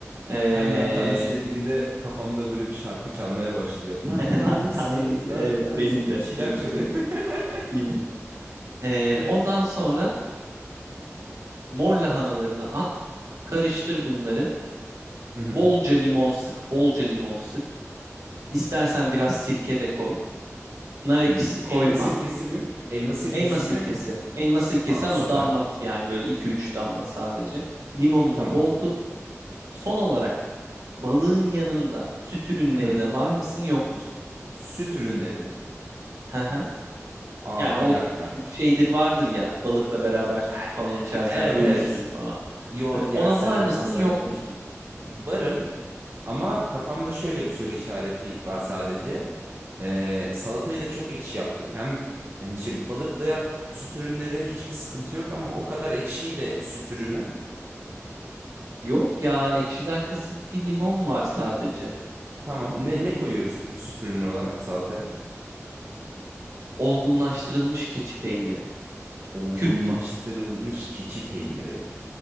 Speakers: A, on the right; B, on the right.
A: Ee,
B: Her nar tanesi dediğinde kafamda böyle bir şarkı çalmaya başlıyor. Nar
A: <laughs>
B: tanesi,
A: nar tanesi
B: nar
A: evet
B: tanesi
A: benim
B: bir
A: de
B: şeyler
A: benim
B: çalıyor.
A: de
B: <laughs>
A: benim de. Ee,
B: Evet.
A: ondan sonra mor lahanalarını at, karıştır bunları.
B: Hı hı.
A: Bolca limon sık, bolca limon sık. İstersen biraz sirke de koy. Nar ekşisi
B: Hı.
A: koyma.
B: Elma sirkesi mi? Elma sirkesi
A: Elma sirkesi.
B: mi?
A: Elma sirkesi
B: Tamam
A: ama
B: süper.
A: damlat yani böyle iki üç damla sadece. Limonunu
B: Tamam.
A: bol tut. Son olarak balığın yanında süt ürünlerine
B: Hı.
A: var mısın yok musun?
B: Süt ürünlerine.
A: Hı hı.
B: Aa
A: Yani o
B: bir dakika.
A: şeydir vardır ya balıkla beraber süt
B: E-
A: falan içersen
B: Evet
A: ölürsün
B: evet.
A: falan.
B: Yoğurt
A: Hani ona
B: yersen
A: var mısın
B: hastanelik
A: yok
B: kalır.
A: musun?
B: Varım ama kafamda şöyle bir soru işareti var sadece. Ee, salatayı da çok ekşi yaptık. Hem yani şimdi balıkla süt ürünleri hiçbir sıkıntı yok ama o kadar ekşiyle süt ürünü.
A: Yok ya ekşiden kasıt bir limon var sadece.
B: Tamam. Ne, ne koyuyoruz peki süt ürünü olarak salataya?
A: Olgunlaştırılmış keçi peyniri.
B: Olgunlaştırılmış
A: Küp küp.
B: keçi peyniri.